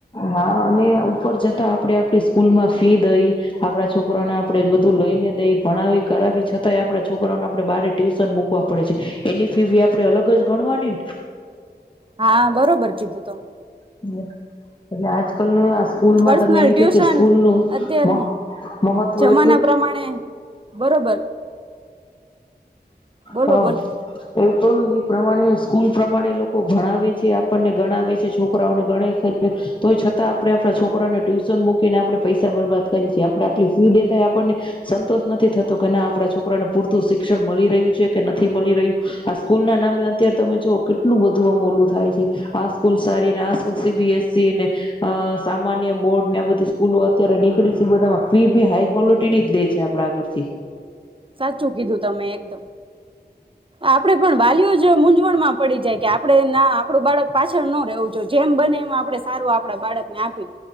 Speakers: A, on the left (about 30°); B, on the right (about 30°).
A: હા અને ઉપર જતા આપડે આપડી સ્કૂલ માં ફી દઈ, આપણા છોકરાને આપડે બધું લઈને દઈ ભણાવી કરાવી છતાંય આમ આપણા છોકરાઓને આપણે બારે ટ્યુ મૂકવા પડે છે, એની ફી બી આપડે અલગ જ ગણવાની ન
B: હા, બરોબર કીધું તમે.
A: <unintelligible> આલ આ સ્કૂલમાં
B: પર્સનલ
A: તમે એમ
B: ટ્યુશન
A: ક્યો કે, સ્કૂલનું
B: અત્યારે
A: મહ મહત્વ
B: જમાના
A: એટલું <inaudible>
B: પ્રમાણે બરોબર બોલો
A: હા,
B: બોલો
A: એ તો પ્રમાણે સ્કૂલ પ્રમાણે લોકો ભણાવે છે, આપણને ગણાવે છે, છોક છોકરાઓને ગણાય તો છતાં આપણે આપણા છોકરાને ટ્યુશન મૂકીને આપણે પૈસા બરબાદ કરી <unintelligible> આપણે આટલી ફી દેતા આપણને સંતોષ નથી થતો કે ના આપડા છોકરાને પૂરતું શિક્ષણ મળી રહ્યું છે, કે નથી મળી રહ્યું આ સ્કૂલ ના નામે અત્યારે તમે જો <unintelligible> મોલું થાય છે, આ કુલસારી <unintelligible> સીબીએસસી ને અ સામાન્ય બોર્ડ ને આ બધી સ્કૂલો અત્યારે નીકળી છે, બધામાં ફી ભી હાઈ ક્વોલિટી <unintelligible> છે, આપડ આગળથી
B: સાચું કીધું તમે એકદમ આપડે પણ વાલીઓ જ મૂંઝવણમાં પડી જાય કે <unintelligible> ના આપડું બાળક પાછળ ન રવું જો જેમ બને એમ આપડે સારું આપણા બાળકને આપી